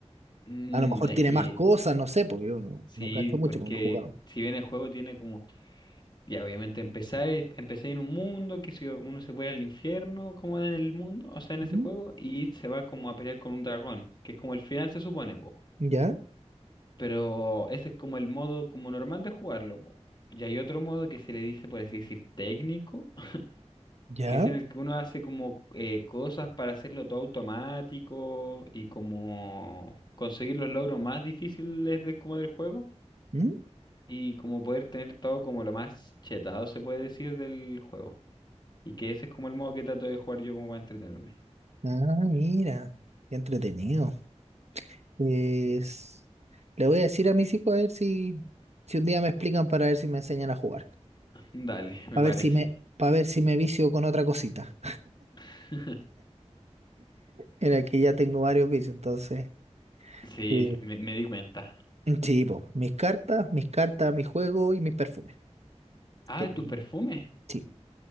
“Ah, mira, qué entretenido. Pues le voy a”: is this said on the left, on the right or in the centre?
Right